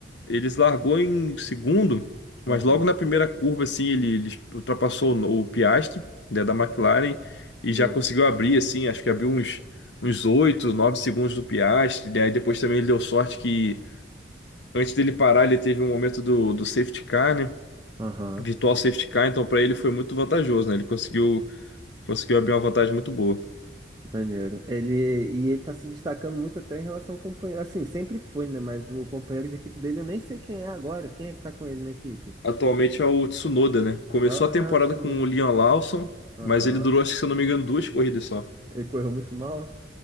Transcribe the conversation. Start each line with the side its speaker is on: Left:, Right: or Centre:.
Left: Ele largou em segundo, mas
Right: aham.
Left: logo na primeira curva, assim, ele, ele ultrapassou o, o Piastri, né, da McLaren, e
Right: Sim,
Left: já conseguiu abrir, assim, acho que abriu uns, uns 8 9 segundos do Piastri, né? aí depois também ele deu sorte que antes dele parar, ele teve um momento do, do safety car, né?
Right: aham.
Left: virtual safety car, então para ele foi muito vantajoso, né? Ele conseguiu, conseguiu abrir uma vantagem muito boa.
Right: Maneiro. Ele, e ele tá se destacando muito até em relação ao companheiro. Assim, sempre foi, né? Mas o companheiro de equipe dele, eu nem sei quem é agora. Quem é que tá com ele na equipe?
Left: Atualmente é o Tsunoda, né? Começou
Right: Ah, ah,
Left: a temporada
Right: o Tsunoda.
Left: com o Liam Lawson,
Right: Aham.
Left: mas ele durou, acho que se eu não me engano, duas corridas só.
Right: Ele correu muito mal?